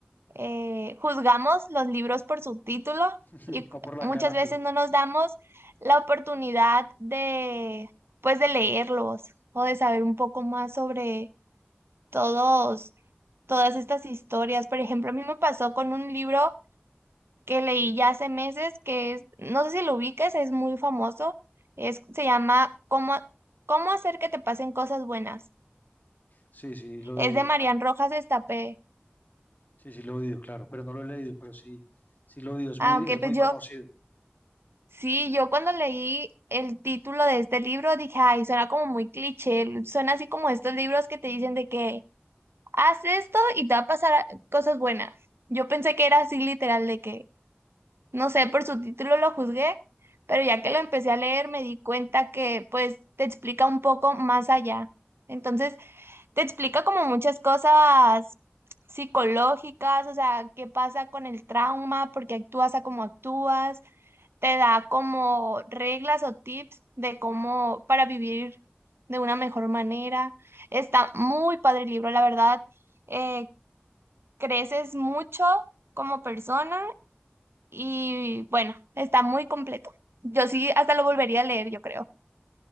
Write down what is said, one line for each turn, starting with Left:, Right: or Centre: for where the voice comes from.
Right: eh, juzgamos los libros por su título
Left: <laughs>
Right: y cu-
Left: O por la
Right: muchas
Left: carátula.
Right: veces no nos damos la oportunidad de pues de leerlos o de saber un poco más sobre todos, todas estas historias. Por ejemplo, a mí me pasó con un libro que leí ya hace meses, que es, no sé si lo ubicas, es muy famoso, es, se llama ¿Cómo, cómo hacer que te pasen cosas buenas?
Left: Sí, sí, lo
Right: Es
Left: he oído,
Right: de Marian
Left: claro.
Right: Rojas Estapé.
Left: Sí, sí, lo he oído, claro, pero no lo he leído, pero sí, sí lo he oído. Es
Right: Ah,
Left: muy,
Right: ok,
Left: es
Right: pues
Left: muy
Right: yo,
Left: conocido.
Right: sí, yo cuando leí el título de este libro dije, ay, suena como muy cliché, suena así como estos libros que te dicen de que haz esto y te va a pasar a- cosas buenas. Yo pensé que era así literal de que No sé, por su título lo juzgué, pero ya que lo empecé a leer me di cuenta que pues te explica un poco más allá. Entonces, te explica como muchas cosas psicológicas, o sea, qué pasa con el trauma, por qué actúas a como actúas, te da como reglas o tips de cómo para vivir de una mejor manera. Está muy padre el libro, la verdad. eh, creces mucho como persona y bueno, está muy completo. Yo sí, hasta lo volvería a leer, yo creo.